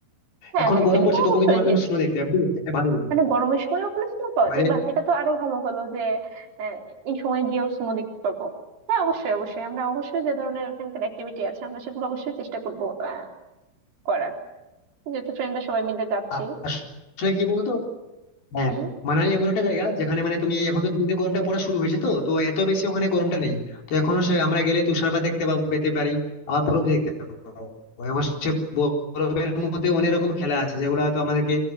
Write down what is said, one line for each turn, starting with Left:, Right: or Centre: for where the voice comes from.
Right: হ্যাঁ
Left: এখন
Right: হ্যাঁ
Left: গরম
Right: সেটা
Left: পড়ছে
Right: তো অবশ্যই
Left: তবুও কিন্তু ওখানে
Right: যে
Left: তুমি স্নো দেখতে পাবে ঠিক আছে এটা ভালো জিনিস
Right: মানে গরমের সময়ও আপনি স্নো পাওয়া
Left: এবারে
Right: যায় বাহ এটা তো আরো ভালো হলো যে আহ, এই সময় গিয়েও স্নো দেখতে পাবো হ্যাঁ অবশ্যই অবশ্যই আমরা অবশ্যই যে ধরনের এখানকার অ্যাক্টিভিটি আছে আমরা সেগুলো অবশ্যই চেষ্টা করবো আহ, করার যেহেতু ফ্রেন্ডরা সবাই মিলে যাচ্ছি
Left: আ- আসলে কি বলতো হ্যাঁ
Right: হুম
Left: মানালি এমন একটা জায়গা যেখানে মানে তুমি এখন তো ধীরে ধীরে গরমটা পড়া শুরু হয়েছে তো তো এত বেশি ওখানে গরমটা নেই তো এখনো সে আমরা গেলে তুষারপাত দেখতে পাব- পেতে পারি আবার বরফ দেখতে পাবো এবং সে বরফের মধ্যে অনেক রকম খেলা আছে যেগুলো হয়তো আমাদেরকে